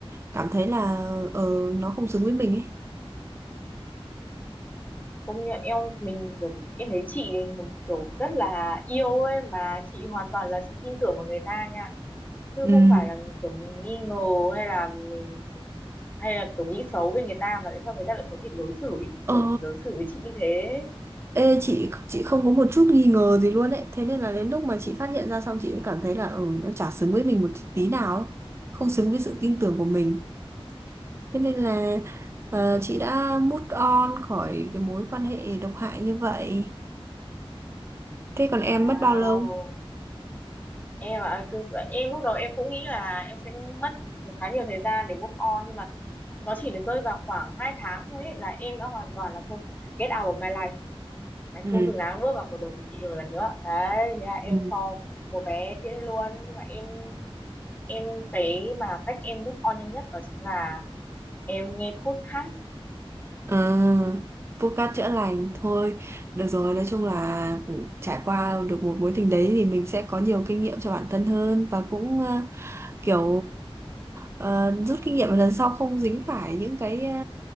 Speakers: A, on the right (about 25°); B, on the left (about 20°).
A: cảm thấy là ờ nó không xứng với mình ấy
B: công nhận em mình kiểu em thấy chị ấy một kiểu rất là yêu ấy mà chị hoàn toàn là chị tin tưởng vào người ta nha chứ
A: ừ
B: không phải là kiểu mình nghi ngờ hay là mình hay là kiểu nghĩ xấu về người ta mà tại sao người ta lại có thể đối xử với,
A: ờ
B: kiểu đối xử với chị như thế
A: ê chị chị không có một chút nghi ngờ gì luôn ấy thế nên là đến lúc mà chị phát hiện ra xong chị cũng cảm thấy là ờ nó chả xứng với mình một tí nào ấy không xứng với sự tin tưởng của mình Thế nên là ờ, chị đã move on khỏi cái mối quan hệ độc hại như vậy. Thế còn
B: wow
A: em mất bao lâu?
B: em ạ cứ- em lúc đầu em cũng nghĩ là em sẽ mất khá nhiều thời gian để move on nhưng mà nó chỉ được rơi vào khoảng 2 tháng thôi ấy, là em đã hoàn toàn là thôi get out of my life mày
A: Ừ.
B: không xứng đáng bước vào cuộc đời của chị một lần nữa đấy thế là em
A: Ừ.
B: cho một vé tiễn luôn nhưng mà em em cái mà cách em move on nhanh nhất đó chính là em nghe podcast
A: À, vô cát chữa lành thôi. Được rồi, nói chung là trải qua được một mối tình đấy thì mình sẽ có nhiều kinh nghiệm cho bản thân hơn và cũng ờ, kiểu ờ, rút kinh nghiệm lần sau không dính phải những cái ờ,